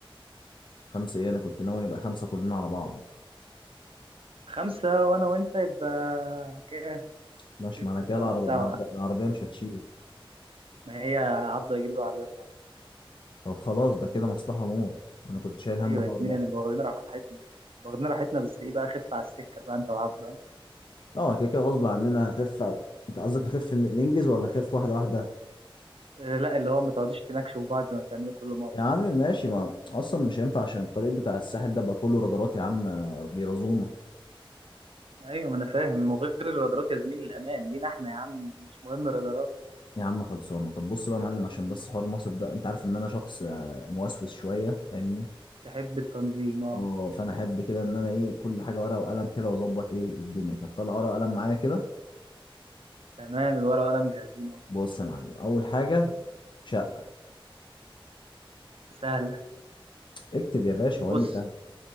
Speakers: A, on the left; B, on the right.
A: خمسة ايه انا كنت ناوي نبقى خمسة كلنا على بعض
B: خمسة وأنا وأنت يبقى كام؟
A: ماشي
B: ستة
A: معنى كده
B: سبعة
A: العربية
B: سبعة
A: العربية العربية مش هتشيل
B: ما هي عبده هيجيب له العربية بتاعته
A: طب خلاص ده كده مصلحة موت انا كنت شايل هم
B: أيوة
A: الحوار
B: يا زميلي
A: ده
B: أنا واخدين راحتنا واخدين راحتنا بس إيه بقى خف على السكة بقى أنت وعبده
A: لا هو كده كده غصب عننا هنخف ع- انت قصدك نخف ن- ننجز ولا نخف واحدة واحدة
B: آه، لا اللي هو ما تقعدوش تناكشوا في بعض زي ما بتعملوا كل مرة
A: يا عم ماشي ما اصلا مش هينفع عشان الطريق بتاع الساحل ده بقى كله رادارات يا عم آه، بيرازونا
B: أيوة ما أنا فاهم وغير الرادارات يا زميلي الأمان لينا إحنا يا عم مش مهم الرادارات
A: يا عم خلصانة طب بص بقى يا معلم عشان بس حوار المصرف ده انت عارف ان انا شخص آه، موسوس شوية فاهمني
B: تحب التنظيم أه
A: اه فانا احب كده ان انا ايه كل حاجة ورقة وقلم كده واظبط ايه الدنيا كده فطلع ورقة وقلم معايا كده
B: تمام الورقة وقلم جاهزين أهو
A: بص يا معلم اول حاجه شقه
B: سهلة
A: اكتب يا باشا
B: بص
A: وقال لي سهل